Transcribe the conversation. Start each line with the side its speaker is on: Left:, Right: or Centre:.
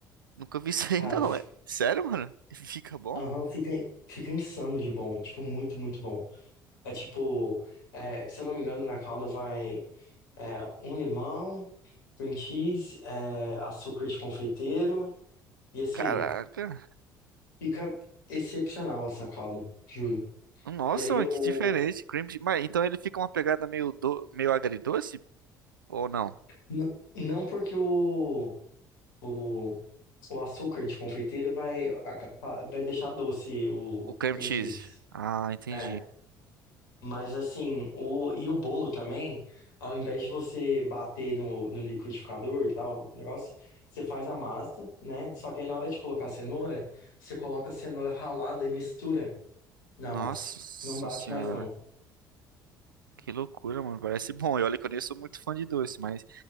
Right: nunca vi isso aí
Left: Cara,
Right: <laughs> não,
Left: f-
Right: é. Sério, mano? E Fica bom?
Left: aham, fica, fica insano de bom, tipo, muito, muito bom. É tipo, é, se eu não me engano, na calda vai é, um limão, cream cheese, é, açúcar de confeiteiro. E assim,
Right: Caraca.
Left: fica excepcional essa calda, juro.
Right: Nossa,
Left: E aí,
Right: mano,
Left: o,
Right: que diferente. Cream cheese. Mas então ele fica uma pegada meio do, meio agridoce ou não?
Left: n- não porque o, o, o açúcar de confeiteiro vai, aca- pa- vai deixar doce o,
Right: O cream
Left: o cream
Right: cheese.
Left: cheese.
Right: Ah, entendi.
Left: É. Mas assim, o, e o bolo também, ao invés de você bater no, no liquidificador e tal, o negócio, você faz a massa, né? Só que aí na hora de colocar a cenoura, você coloca a cenoura ralada e mistura na
Right: Nossa
Left: massa. Não bate
Right: senhora.
Left: mais não.
Right: Que loucura, mano. Parece bom. E olha que eu nem sou muito fã de doce, mas